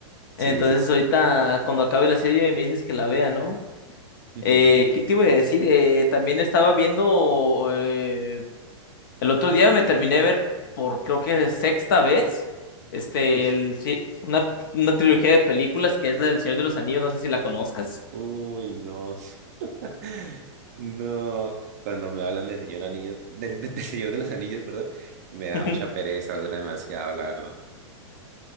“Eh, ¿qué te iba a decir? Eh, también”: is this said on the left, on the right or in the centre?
Left